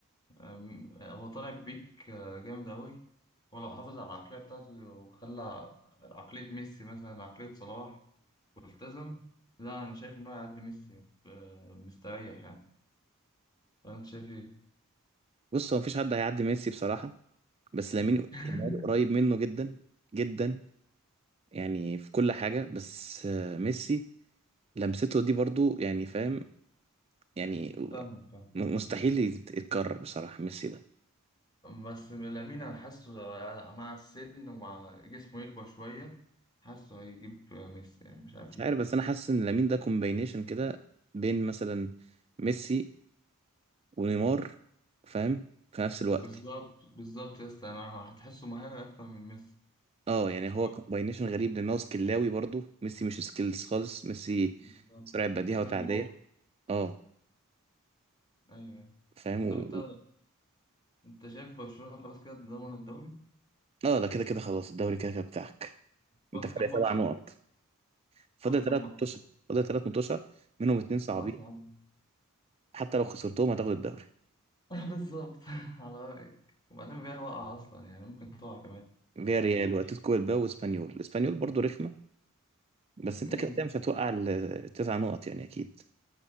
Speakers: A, on the left; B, on the right.
A: أم- آه، هو طالع بيك آه، جامد أوي هو لو حافظ على العقلية بتاعته وخلى عقلية ميسي مثلا عقلية صلاح والتزم لا أنا شايف إن هو هيعدي ميسي آه، مستريح يعني ولا أنت شايف إيه؟
B: بص هو مفيش حد هيعدي ميسي بصراحة بس لامين
A: <laughs>
B: يامال قريب منه جدا جدا يعني في كل حاجة بس آه، ميسي لمسته دي برضو يعني فاهم يعني
A: فاهمك
B: م- مستحيل يت- يتكرر بصراحة ميسي ده
A: بس لامين انا حاسه لا- مع السن ومع جسمه يكبر شويه حاسه هيجيب ميسي يعني مش عارف
B: مش
A: ليه
B: عارف بس أنا حاسس إن لامين ده كومباينيشن كده بين مثلا ميسي ونيمار فاهم في نفس الوقت
A: بالظبط بالظبط يا اسطى انا هتحسه مهاري اكتر من ميسي
B: اه يعني هو
A: وما
B: كومباينيشن غريب لأن هو سكلاوي برضو ميسي مش سكيلز خالص ميسي
A: بالظبط
B: سرعة بديهة
A: ميسي
B: وتعدية
A: بالمخ
B: اه
A: ايوه يعني.
B: فاهم
A: طب انت انت شايف برشلونه خلاص كده ضمن الدوري
B: اه ده كده كده خلاص الدوري كده كده بتاعك
A: فاضل
B: انت فرق
A: كام
B: سبع
A: ماتش
B: نقط
A: كده
B: فاضل
A: فاضل كام
B: ثلاث
A: ماتش
B: متوشة فاضل ثلاث متوشة منهم اتنين صعبين
A: خلاص يا عم
B: حتى لو خسرتهم هتاخد الدوري
A: <laughs> بالظبط على رايك وبعدين الريال وقع اصلا يعني ممكن تقع كمان
B: فيا
A: في
B: ريال
A: اي ماتش
B: واتلتيكو بالباو واسبانيول اسبانيول برضو رخمة بس انت
A: امم
B: كده كده مش هتوقع ال- التسع نقط يعني اكيد